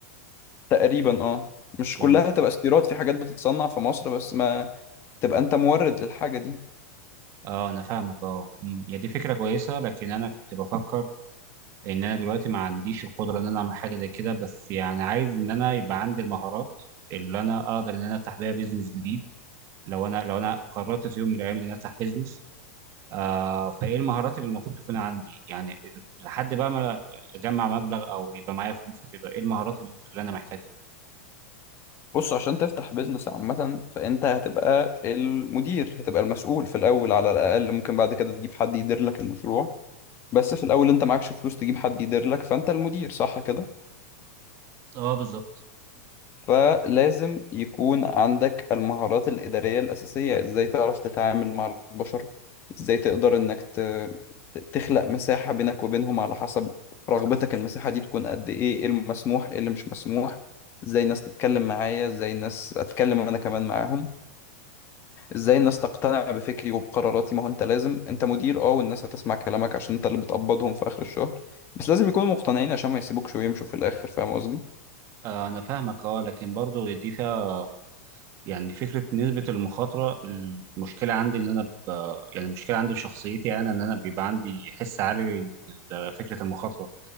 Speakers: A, on the left (about 30°); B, on the right (about 40°).
A: تقريبا أه مش
B: يعني
A: كلها تبقى استيراد في حاجات بتتصنع في مصر بس ما تبقى أنت مورد للحاجة دي
B: اه انا فاهمك اه أمم، هي دي فكره كويسه لكن انا كنت بفكر ان انا دلوقتي ما عنديش القدره ان انا اعمل حاجه زي كده بس يعني عايز ان انا يبقى عندي المهارات اللي انا اقدر ان انا افتح بيها بيزنس جديد لو انا لو انا قررت في يوم من الايام ان انا افتح بيزنس آه فايه المهارات اللي المفروض تكون عندي يعني ال- لحد بقى ما اجمع مبلغ او يبقى معايا فلوس وكده ايه المهارات اللي انا محتاجها
A: بص عشان تفتح بيزنس عامة فأنت هتبقى المدير هتبقى المسؤول في الأول على الأقل ممكن بعد كده تجيب حد يدير لك المشروع بس في الأول أنت معكش فلوس تجيب حد يدير لك فأنت المدير صح كده
B: اه بالظبط
A: فلازم يكون عندك المهارات الإدارية الأساسية إزاي تعرف تتعامل مع البشر إزاي تقدر إنك ت... ت- تخلق مساحة بينك وبينهم على حسب رغبتك المساحة دي تكون قد إيه إيه المسموح إيه اللي مش مسموح إزاي الناس تتكلم معايا إزاي الناس أتكلم أنا كمان معاهم إزاي الناس تقتنع بفكري وبقراراتي ما هو أنت لازم أنت مدير أه والناس هتسمع كلامك عشان أنت اللي بتقبضهم في آخر الشهر بس لازم يكونوا مقتنعين عشان ما يسيبوكش ويمشوا في الآخر فاهم قصدي؟
B: آه انا فاهمك اه لكن برضه دي فيها يعني فكره نسبه المخاطره المشكله عندي ان انا ب... يعني المشكله عندي في شخصيتي انا ان انا بيبقى عندي حس عالي لفكره المخاطره